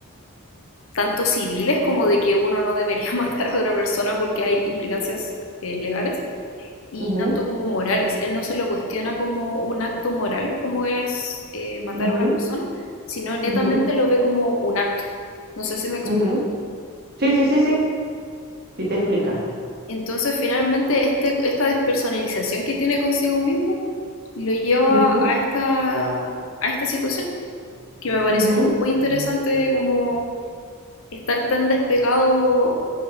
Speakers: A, on the left (about 70°); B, on the right (about 45°).
A: tanto civiles como de que uno no debería <laughs> matar a otra persona porque hay implicancias eh, legales y
B: ujú,
A: tanto como morales. Él no se lo cuestiona como un acto moral como es eh, matar
B: ujú,
A: a una persona,
B: ujú,
A: sino netamente
B: ujú,
A: lo ve como un acto. No sé si me explico.
B: ujú. Sí, sí, sí, sí. Sí te explica.
A: Entonces, finalmente, este, esta despersonalización que tiene consigo mismo lo lleva
B: Ujú,
A: a esta, a esta situación, que me pareció
B: ujú,
A: como muy interesante como estar tan despegado